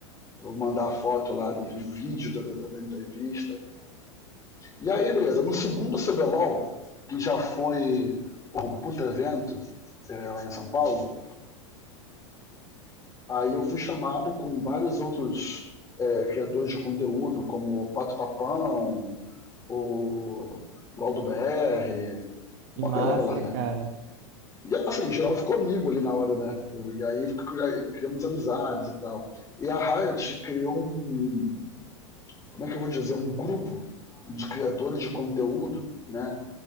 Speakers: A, on the left; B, on the right.
A: Eu vou mandar a foto lá do vídeo da, da, da, entrevista. E aí, beleza, no segundo CBLOL, que já foi porra, um puta evento é, lá em São Paulo, aí eu fui chamado com vários outros é, criadores de conteúdo, como Pato Papão, o Laudo BR, uma
B: Que massa,
A: galera lá, né?
B: cara.
A: E assim, em geral ficou amigo ali na hora, né? E aí cria- criamos amizades e tal. E a Riot criou um, como é que eu vou dizer, um grupo de criadores de conteúdo, né?